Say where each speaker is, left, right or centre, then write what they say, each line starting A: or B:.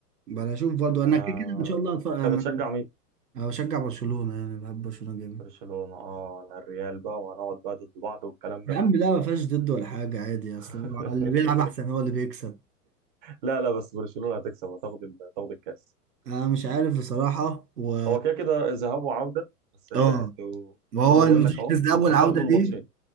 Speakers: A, on the right; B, on the right.
A: بقى اشوف برضو انا
B: انا
A: كده كده ان شاء الله هتفرج انا
B: انت بتشجع مين
A: أنا بشجع برشلونة يعني بحب برشلونة جامد
B: برشلونه اه انا الريال بقى وهنقعد بقى ضد بعض والكلام
A: يا
B: ده
A: عم لا ما فيهاش ضد ولا حاجة عادي
B: <laughs>
A: اصل هو اللي بيلعب احسن هو اللي بيكسب
B: لا لا بس برشلونه هتكسب هتاخد ال- هتاخد الكاس
A: انا مش عارف بصراحة و
B: هو كده كده ذهاب وعوده بس يعني
A: اه
B: انتوا
A: ما هو
B: وانا
A: الماتش
B: بقول لك
A: في
B: اهو
A: الذهاب
B: انت
A: والعودة
B: هتاخدوا
A: دي
B: الماتشين